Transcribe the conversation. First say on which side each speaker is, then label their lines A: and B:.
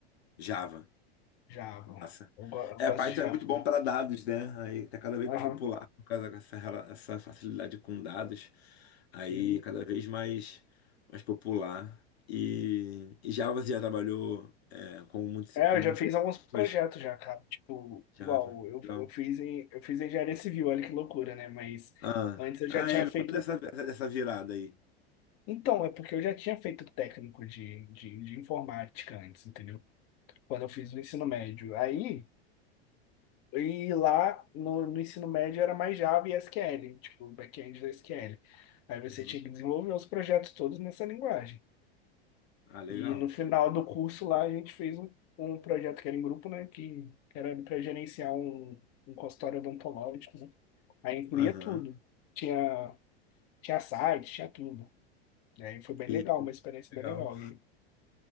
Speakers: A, on the left; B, on the left.
A: Java,
B: Java.
A: massa.
B: Eu, go- eu
A: É,
B: gosto
A: Python
B: de Java.
A: é muito bom para dados, né? Aí tá cada vez
B: Aham.
A: mais popular por causa dessa rela- essa facilidade com dados. Aí
B: Uhum.
A: cada vez mais mais popular. E, e Java você já trabalhou é, com muitos
B: É,
A: com
B: eu
A: muitos
B: já fiz alguns projetos
A: mas
B: já, cara. Tipo,
A: Java,
B: igual, eu,
A: legal.
B: eu fiz em, eu fiz engenharia civil, olha que loucura, né? Mas
A: Ah,
B: antes eu
A: ah
B: já tinha
A: é, me
B: feito.
A: conta dessa, dessa virada aí.
B: Então, é porque eu já tinha feito técnico de, de, de informática antes, entendeu? Quando eu fiz o ensino médio. Aí. E lá no, no ensino médio era mais Java e SQL, tipo, back-end da SQL. Aí você
A: Uhum.
B: tinha que desenvolver os projetos todos nessa linguagem.
A: Ah, legal.
B: E no final do curso lá a gente fez um, um projeto que era em grupo, né? Que era para gerenciar um, um consultório odontológico, né? Aí incluía
A: Aham.
B: tudo. Tinha, tinha site, tinha tudo. Né, E Aí foi bem
A: E,
B: legal, uma experiência
A: legal.
B: bem legal. E